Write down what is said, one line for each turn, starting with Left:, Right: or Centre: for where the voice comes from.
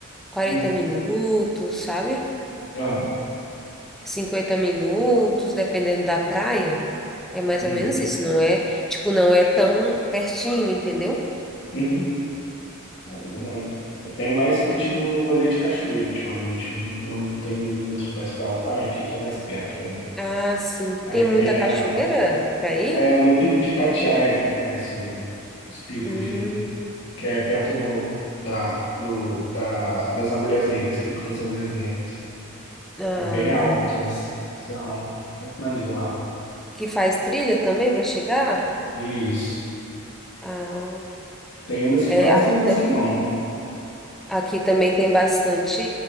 Centre: Quarenta
Left: Uhum,
Centre: minutos, sabe?
Left: uhum,
Centre: 50 minutos, dependendo da praia. É mais
Left: uhum,
Centre: ou menos isso, não é? Tipo, não é tão pertinho, entendeu?
Left: uhum. Ainda não. Eu tenho mais curtido
Centre: É.
Left: o rolê de cachoeira ultimamente. Eu Não, não tenho ido muito mais pra praia, que aqui é mais perto pra mim.
Centre: Ah, sim.
Left: Aí
Centre: Tem muita
Left: tem
Centre: cachoeira
Left: a,
Centre: para ir?
Left: é, no Pico de Itatiaia, conhece o- os picos
Centre: Hum,
Left: de, que é perto do, da, do, da, das Agulhas Negras, Pico das Agulhas Negras.
Centre: ah,
Left: É bem
Centre: não,
Left: alto
Centre: não.
Left: esse serrão, muito maneiro lá.
Centre: Que faz trilha também para chegar?
Left: Isso.
Centre: Ah.
Left: Tem umas que
Centre: É,
Left: faz,
Centre: aqui,
Left: tem umas
Centre: ta-
Left: que não.
Centre: aqui também tem bastante,